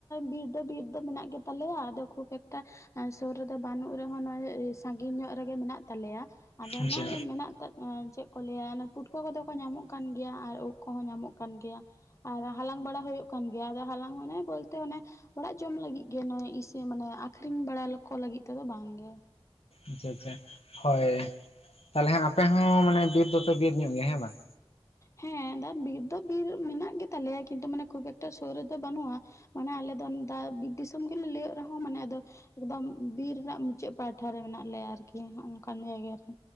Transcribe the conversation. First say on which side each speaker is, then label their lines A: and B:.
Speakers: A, on the left; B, on the left.
A: ᱵᱤᱨ ᱫᱟ ᱵᱤᱨ ᱫᱚ ᱢᱮᱱᱟᱜ ᱜᱮᱛᱟᱞᱮᱭᱟ ᱟᱫᱚ ᱠᱷᱩᱵ ᱮᱠᱴᱟ ᱥᱩᱨ ᱨᱮᱫᱚ ᱵᱟᱹᱱᱩᱜ ᱨᱮᱦᱚᱸ ᱱᱚᱜᱚᱭ ᱥᱟᱺᱜᱤᱧ ᱧᱚᱜ ᱨᱮᱜᱮ ᱢᱮᱱᱟᱜ ᱛᱟᱞᱮᱭᱟ ᱟᱫᱚ
B: ᱟᱪᱪᱷᱟ
A: ᱱᱚᱜᱼᱚᱭ ᱢᱮᱱᱟᱜ ᱪᱮᱫ ᱠᱚ ᱞᱟᱹᱭᱟ ᱯᱩᱴᱠᱟᱹ ᱠᱚᱫᱚ ᱠᱚ ᱧᱟᱢᱚᱜ ᱠᱟᱱ ᱜᱮᱭᱟ ᱟᱨ ᱩᱫᱽ ᱠᱚᱦᱚᱸ ᱧᱟᱢᱚᱜ ᱠᱟᱱᱟ ᱠᱟᱱ ᱜᱮᱭᱟ ᱟᱨ ᱦᱟᱞᱟᱝ ᱵᱟᱲᱟ ᱦᱩᱭᱩᱜ ᱠᱟᱱ ᱜᱮᱭᱟ ᱦᱟᱞᱟᱝ ᱢᱟᱱᱮ ᱵᱚᱞᱛᱮᱚᱱᱮ ᱚᱲᱟᱜ ᱡᱚᱢ ᱞᱟᱹᱜᱤᱫ ᱜᱮ ᱱᱚᱜᱼᱚᱭ ᱤᱥᱤᱱ ᱢᱟᱱᱮ ᱟᱠᱷᱨᱤᱧ ᱵᱟᱲᱟᱠᱚ ᱞᱟᱹᱜᱤᱫ ᱛᱮᱫᱚ ᱵᱟᱝᱜᱮ
B: ᱟᱪᱪᱷᱟ ᱟᱪᱪᱷᱟ ᱦᱳᱭ ᱛᱟᱦᱞᱮ ᱦᱟᱜ ᱟᱯᱮ ᱦᱚᱸ ᱢᱟᱱᱮ ᱵᱤᱨ ᱫᱚᱯᱮ ᱵᱤᱨ ᱧᱚᱜ ᱜᱮᱭᱟ ᱦᱮᱸ ᱵᱟᱝ
A: ᱦᱮᱸ ᱵᱤᱨ ᱫᱚ ᱵᱤᱨ ᱢᱮᱱᱟᱜ ᱜᱮᱛᱟᱞᱮᱭᱟ ᱠᱤᱱᱛᱩ ᱢᱟᱱᱮ ᱠᱷᱩᱵ ᱮᱠᱴᱟ ᱥᱩᱨ ᱨᱮᱫᱚ ᱵᱟᱹᱱᱩᱜᱼᱟ ᱢᱟᱱᱮ ᱟᱞᱮ ᱫᱚ ᱫᱟ ᱵᱤᱨ ᱫᱤᱥᱚᱢ ᱜᱮᱞᱮ ᱞᱟᱹᱭᱟᱹᱜ ᱨᱮᱦᱚᱸ ᱢᱟᱱᱮ ᱟᱫᱚ ᱮᱠᱫᱚᱢ ᱵᱤᱨ ᱨᱮᱱᱟᱜ ᱢᱩᱪᱟᱹᱫ ᱯᱟᱦᱴᱟ ᱨᱮ ᱢᱮᱱᱟᱜ ᱞᱮᱭᱟ ᱟᱨᱠᱤ ᱚᱱᱠᱟᱱ ᱡᱟᱭᱜᱟ ᱨᱮ